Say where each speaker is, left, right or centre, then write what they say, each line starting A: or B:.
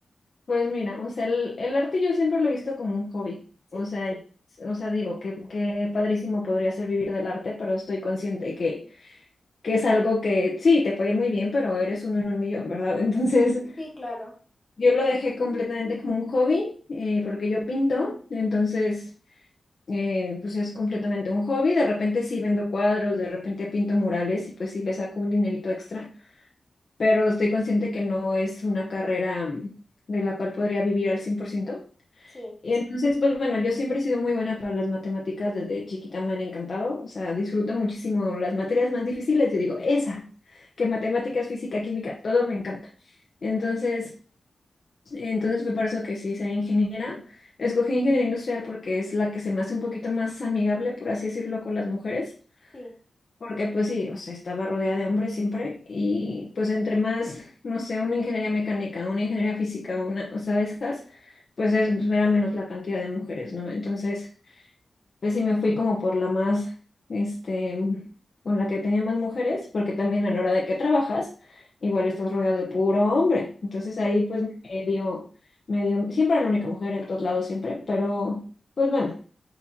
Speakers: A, on the left (about 50°); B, on the left (about 20°).
A: pues mira, o sea, el, el arte yo siempre lo he visto como un hobby.
B: Sí.
A: O sea, s- o sea, digo que, que padrísimo podría ser vivir del arte, pero estoy consciente que, que es algo que sí, te puede ir muy bien, pero eres uno en un millón, ¿verdad? <laughs> Entonces,
B: Sí, claro.
A: yo lo dejé completamente como un hobby, eh, porque yo pinto, entonces, eh, pues es completamente un hobby. De repente sí vendo cuadros, de repente pinto murales y pues sí le saco un dinerito extra pero estoy consciente que no es una carrera mm, de la cual podría vivir al cien por ciento
B: Sí,
A: Y entonces, pues bueno, yo siempre he sido muy buena para las matemáticas, desde chiquita me han encantado, o sea, disfruto muchísimo las materias más difíciles, yo digo, esa, que matemáticas, física, química, todo me encanta. Entonces, entonces fue por eso que sí soy ingeniera. Escogí ingeniería industrial porque es la que se me hace un poquito más amigable, por así decirlo, con las mujeres.
B: sí,
A: Porque pues sí, o sea, estaba rodeada de hombres siempre y pues entre más, no sé, una ingeniería mecánica, una ingeniería física, una, o sea, de esas, pues es, pues, era menos la cantidad de mujeres, ¿no? Entonces, pues sí me fui como por la más, este, con la que tenía más mujeres, porque también a la hora de que trabajas, igual estás rodeado de puro hombre. Entonces
B: sí.
A: ahí pues me dio, me dio, siempre era la única mujer en todos lados, siempre, pero pues bueno.